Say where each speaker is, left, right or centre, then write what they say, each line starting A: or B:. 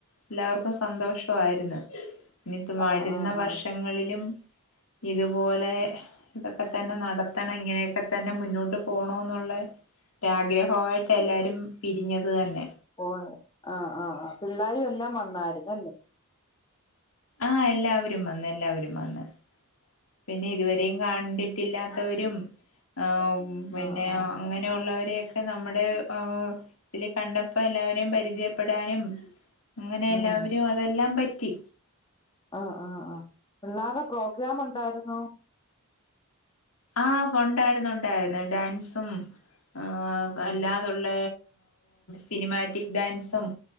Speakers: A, on the left; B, on the left.
A: എല്ലാവർക്കും സന്തോഷയിരുന്നു ഇനി വരുന്ന
B: ആഹ് ആഹ്
A: വർ വർഷങ്ങളിലും
B: ആഹ്
A: ഇതുപോലെ ഇതൊക്കെ തന്നെ നടത്തണം ഇങ്ങനെയൊക്കെ തന്നെ മുന്നോട്ട് പോണ എന്നുള്ള ഒരാഗ്രഹമായിട്ട് ട്ട എല്ലാവരും പിരിഞ്ഞത് തന്നെ
B: ഒഹ് ആഹ് ആഹ് ആഹ് പിള്ളരുും എല്ലാം വന്നായിരുന്നുല്ലേ
A: ആഹ് എല്ലാവരും വന്ന് എല്ലാവരും വന്ന് പിന്നെ ഇതുവരെയും കണ്ടിട്ടില്ലാത്തവരും അഹ് പിന്നെ
B: ആഹ് ആഹ്
A: അങ്ങനെയുള്ളവരൊക്കെ നമ്മുടെ ആ ലപിന്നെ കണ്ടപ്പോ എല്ലാവരെയും പരിചയപ്പെടാനും അങ്ങനെ
B: ഉം
A: എല്ലാവരും അതെല്ലാം പറ്റി
B: ആഹ ആഹ് അഹ് പിള്ളേരുടെ പ്രോഗ്രാം ഉണ്ടായിരുന്നോ
A: ആഹ് ഉണ്ടായിരുന്നു ഉണ്ടായിരുന്നു ഡാൻസും ആഹ്
B: ഉം
A: അല്ലാ അതുള്ള സിനിമാറ്റിക് ഡാൻസും